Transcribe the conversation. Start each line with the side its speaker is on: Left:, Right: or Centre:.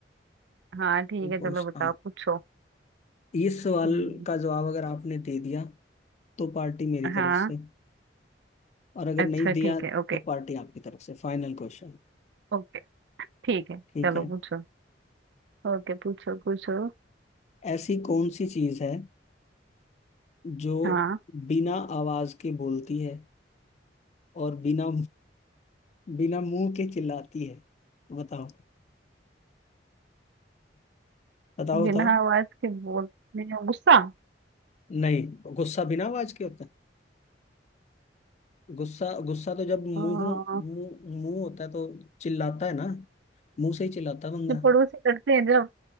Right: हाँ ठीक
Left: ये
Right: है
Left: पूछता
Right: चलो बताओ
Left: हूँ
Right: पूछो
Left: इस सवाल
Right: हम्म,
Left: का जवाब अगर आपने दे दिया तो पार्टी मेरी
Right: हाँ
Left: तरफ से और अगर
Right: अच्छा
Left: नहीं दिया
Right: ठीक
Left: तो
Right: है ओके
Left: पार्टी आपकी तरफ से Final question
Right: ओके ठीक है
Left: ठीक
Right: चलो
Left: है
Right: पूछो ओके पूछो पूछो
Left: ऐसी कौन सी चीज है जो
Right: हाँ
Left: बिना आवाज के बोलती है और बिना बिना मुंह के चिल्लाती है बताओ <laughs> बताओ
Right: बिना
Left: बताओ
Right: आवाज के बोलने गुस्सा
Left: नहीं गुस्सा बिना आवाज के होता है गुस्सा गुस्सा तो जब मुंह
Right: हाँ,
Left: मुंह मुंह होता है तो चिल्लाता है ना मुंह से ही चिल्लाता है बंदा
Right: जब पड़ोसी लड़ते हैं जब